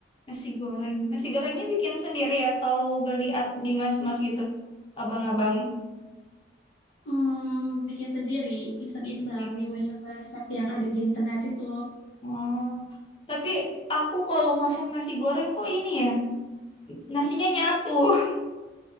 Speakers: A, on the left (about 30°); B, on the left (about 85°).
A: Nasi goreng. Nasi gorengnya bikin sendiri atau beli at- di mas-mas gitu? Abang-abang.
B: Hmm, bikin sendiri, iseng-iseng,
A: sendiri.
B: nyoba-nyoba resep yang ada di internet itu.
A: Oh, tapi aku kalau masak nasi goreng kok ini ya, nasinya nyatu. <laughs>